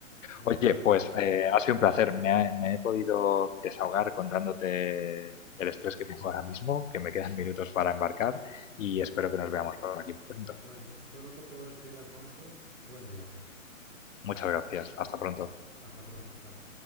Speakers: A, on the right (about 55°); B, on the left (about 65°).
A: Desde
B: Oye,
A: luego.
B: pues eh, ha sido un placer. Me, ha- me he podido desahogar contándote el estrés que tengo ahora mismo, que me quedan minutos para embarcar y espero que nos veamos por aquí pronto.
A: Bueno, solo te puedo decir, Alfonso, buen viaje.
B: Muchas gracias. Hasta pronto.
A: Hasta pronto, chao.